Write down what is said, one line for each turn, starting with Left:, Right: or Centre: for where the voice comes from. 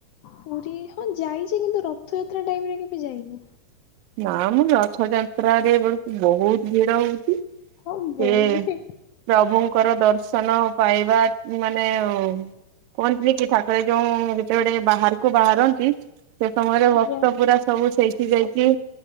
Left: ପୁରୀ ହଁ ଯାଇଛି। କିନ୍ତୁ ରଥଯାତ୍ରା ଟାଇମରେ କେବେ ଯାଇନି।
Right: ନାମ ରଥଯାତ୍ରା ରେ ବେଳକୁ ବହୁତ ଭିଡ଼ ହଉଛି।
Left: ହଁ ବହୁତ
Right: ଏ
Left: ଭିଡ଼।
Right: ପ୍ରଭୁଙ୍କର ଦର୍ଶନ ପାଇବା ମାନେ <unintelligible> କୁହନ୍ତିନି କି ଠାକୁର ଯୋଉ ଯେତେବେଳେ ବାହାରକୁ ବାହାରନ୍ତି ସେ ସମୟରେ
Left: ଆଜ୍ଞା
Right: ଭକ୍ତ ପୁରା ସବୁ ସେଇଠି ଯାଇକି